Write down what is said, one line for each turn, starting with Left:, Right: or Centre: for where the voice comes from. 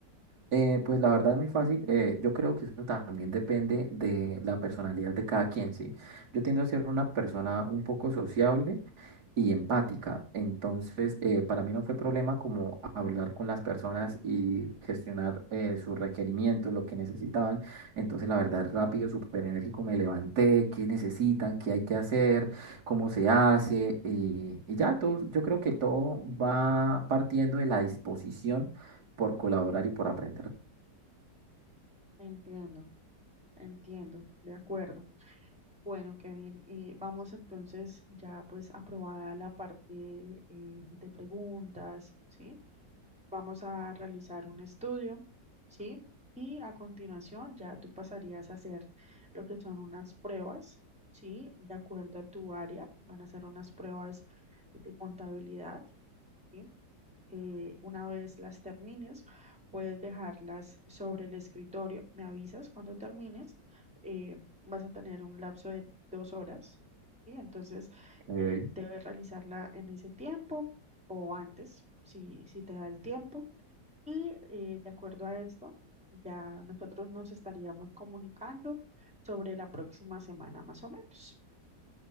Right: Eh, pues la verdad es muy fácil. eh, yo creo que eso también depende de la personalidad de cada quien, ¿sí? Yo tiendo a ser una persona un poco sociable y empática. Entonces, eh, para mí no fue problema como hablar con las personas y gestionar eh, sus requerimientos, lo que necesitaban. Entonces, la verdad, rápido, súper enérgico, me levanté, qué necesitan, qué hay que hacer, cómo se hace. Y, y ya, todo, yo creo que todo va partiendo de la disposición por colaborar y por aprender.
Centre: Entiendo, entiendo, de acuerdo. Bueno, Kevin, eh, vamos entonces ya pues aprobada la parte eh, de preguntas, ¿sí? Vamos a realizar un estudio, ¿sí? Y a continuación ya tú pasarías a hacer lo que son unas pruebas, ¿sí? De acuerdo a tu área, van a ser unas pruebas de contabilidad, ¿sí? eh, una vez las termines, puedes dejarlas sobre el escritorio. Me avisas cuando termines. eh, vas a tener un lapso de dos horas. ¿sí? Entonces,
Right: Ok.
Centre: eh, debes realizarla en ese tiempo o antes, si, si te da el tiempo. Y eh, de acuerdo a esto, ya nosotros nos estaríamos comunicando sobre la próxima semana, más o menos.